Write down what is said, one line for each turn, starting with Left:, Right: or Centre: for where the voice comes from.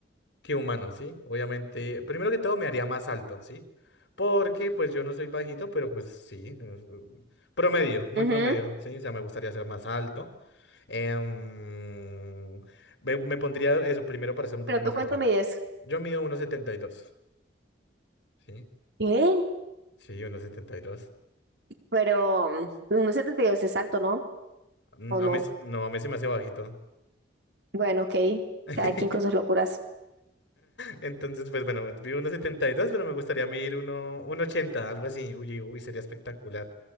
Left: que humano, ¿sí? Obviamente, primero que todo me haría más alto, ¿sí? Porque pues yo no soy bajito, pero pues sí, eh, promedio, muy
Right: Ujú,
Left: promedio, ¿sí? O sea, me gustaría ser más alto. Em, me, me pondría eso primero para ser un poco
Right: Pero
Left: más
Right: tú cuánto
Left: alto.
Right: mides?
Left: Yo mido uno setenta y dos ¿sí?
Right: ¿Qué?
Left: Sí, 1,72.
Right: Pero mm, 1,72 es alto, ¿no?
Left: Mm,
Right: ¿O
Left: A
Right: no?
Left: mí, s- no, a mí se me hace bajito.
Right: Bueno, ok,
Left: <laughs>
Right: cada quien con sus locuras.
Left: Entonces, pues bueno, mido uno setenta y dos pero me gustaría medir uno- uno ochenta algo así. Uy, uy, sería espectacular.